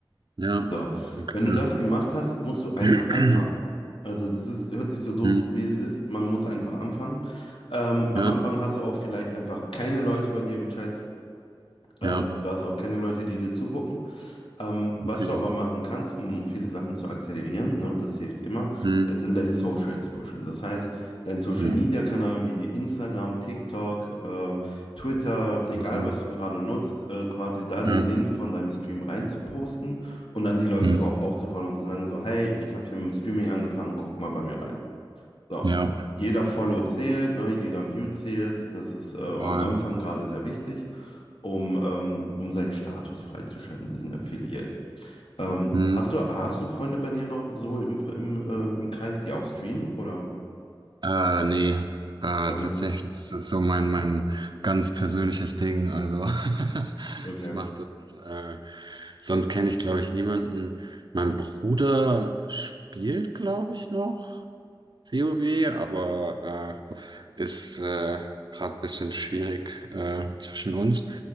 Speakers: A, on the right; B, on the left.
A: ja,
B: So,
A: okay,
B: wenn du das gemacht hast, musst du einfach
A: <clears throat>
B: anfangen. Also das ist, hört sich so doof,
A: hm,
B: wie es ist. Man muss einfach anfangen. Ähm, am
A: ja,
B: Anfang hast du auch vielleicht einfach keine Leute bei dir im Chat. Ähm,
A: ja,
B: du hast auch keine Leute, die dir zugucken. Ähm, was
A: okay,
B: du aber machen kannst, um viele Sachen zu akzelerieren, ne, das hilft immer,
A: hm,
B: äh, sind deine Socials pushen. Das heißt, dein Social
A: ja,
B: Media Kanal wie Instagram, TikTok, äh, Twitter, egal
A: okay.
B: was du gerade nutzt, äh, quasi da
A: Ja,
B: den Link von deinem Stream rein zu posten und dann die Leute
A: mhm.
B: darauf aufzufallen und zu sagen so, hey, ich habe hier mit dem Streaming angefangen, guck mal bei mir rein. So.
A: ja,
B: Jeder Follow zählt, ne, jeder View zählt. Das ist äh, am
A: voll.
B: Anfang gerade sehr wichtig, um, ähm, um seinen Status freizuschalten, diesen Affiliate. Ähm,
A: Mhm.
B: hast du, hast du Freunde bei dir noch so im, im, äh, im Kreis, die auch streamen oder
A: Äh, nee, äh,
B: gar nicht?
A: tatsächlich, das ist so mein, mein ganz persönliches Ding. Also <laughs>
B: Okay,
A: ich mache das, äh, sonst kenne ich, glaube ich, niemanden. Mein Bruder spielt, glaube ich, noch WoW, aber äh, ist äh, gerade ein bisschen schwierig äh, zwischen uns.